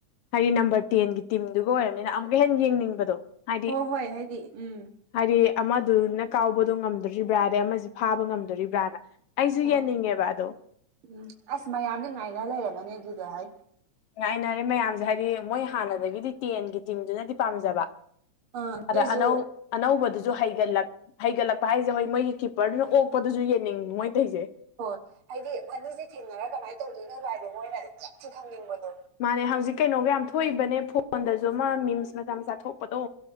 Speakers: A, on the left (about 70°); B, on the right (about 55°).
A: ꯍꯥꯏꯗꯤ ꯅꯝꯕꯔ ꯇꯦꯟꯒꯤ ꯇꯤꯝꯗꯨꯒ ꯑꯣꯏꯔꯕꯅꯤꯅ ꯑꯃꯨꯛꯀ ꯍꯦꯟꯅ ꯌꯦꯡꯅꯤꯡꯕꯗꯣ꯫ ꯍꯥꯏꯗꯤ
B: ꯍꯣꯏ ꯍꯣꯏ ꯍꯥꯏꯗꯤ ꯎꯝ꯫
A: ꯍꯥꯏꯗꯤ ꯑꯃꯗꯨꯅ ꯀꯥꯎꯕꯗꯣ ꯉꯝꯗꯣꯔꯤꯕ꯭ꯔꯥ ꯑꯗꯩ ꯑꯃꯁꯤ ꯐꯥꯕ ꯉꯝꯗꯣꯔꯤꯕ꯭ꯔꯥꯅ꯫ ꯑꯩꯁꯨ
B: ꯍꯣꯏ
A: ꯌꯦꯡꯅꯤꯡꯉꯦꯕ ꯑꯗꯣ꯫
B: ꯎꯝ ꯑꯁ ꯃꯌꯥꯝꯗꯤ ꯉꯥꯏꯅ ꯂꯩꯔꯝꯃꯅꯤ ꯑꯗꯨꯗꯣ ꯍꯥꯏ
A: ꯥꯉꯥꯏꯅꯔꯦ ꯃꯌꯥꯝꯁꯦ ꯍꯥꯏꯗꯤ ꯃꯣꯏ ꯍꯥꯟꯅꯗꯒꯤꯗꯤ ꯇꯦꯟꯒꯤ ꯇꯤꯝꯗꯨꯅꯗꯤ ꯄꯥꯝꯖꯕ꯫
B: ꯑꯥ ꯑꯗꯨꯏꯁꯨ
A: ꯑꯗ ꯑꯅꯧ ꯑꯅꯧꯕꯗꯨꯁꯨ ꯍꯩꯒꯠꯂꯛ-ꯍꯩꯒꯠꯂꯛꯄ ꯍꯥꯏꯁꯦ ꯍꯣꯏ ꯃꯣꯏꯒꯤ ꯀꯤꯞꯄꯔꯗꯨꯅ ꯑꯣꯛꯄꯗꯨꯁꯨ ꯌꯦꯡꯅꯤꯡ ꯃꯣꯏꯇꯩꯩꯁꯦ꯫
B: ꯍꯣꯏ ꯍꯥꯏꯗꯤ ꯃꯣꯏꯅꯤꯁꯦ ꯊꯦꯡꯅꯔꯒ ꯀꯃꯥꯏꯅ ꯇꯧꯗꯣꯏꯅꯣꯒ ꯍꯥꯏꯕ ꯃꯣꯏꯅ ꯌꯥꯝ ꯊꯤ ꯈꯪꯅꯤꯡꯕꯗꯣ꯫
A: ꯃꯥꯅꯦ ꯍꯧꯖꯤꯛ ꯀꯩꯅꯣꯒ ꯌꯥꯝ ꯊꯣꯛꯏꯕꯅꯦ ꯐꯣꯟꯗꯁꯨ ꯑꯃ ꯃꯤꯝꯁ ꯃꯆꯥ-ꯃꯆꯥ ꯊꯣꯛꯄꯗꯣ꯫